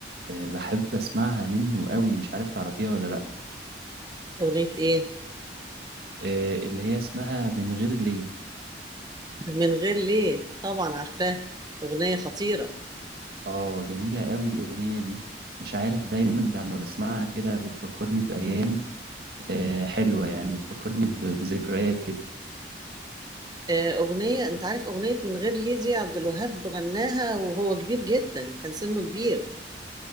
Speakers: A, on the right; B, on the right.
A: آه، بحب أسمعها منه قوي مش عارف تعرفيها ولا لأ
B: اغنيه ايه
A: آه، اللي هي اسمها من غير ليه
B: من غير ليه طبعا عارفاها اغنيه خطيره
A: اه جميلة قوي الأغنية دي مش عارف دايما لما بسمعها كده بتفكرني بأيام آه، حلوة يعني بتفكرني ب- بذكريات كده
B: آه، اغنيه انت عارف اغنيه من غير ليه دي عبد الوهاب غناها وهو كبير جدا كان سنه كبير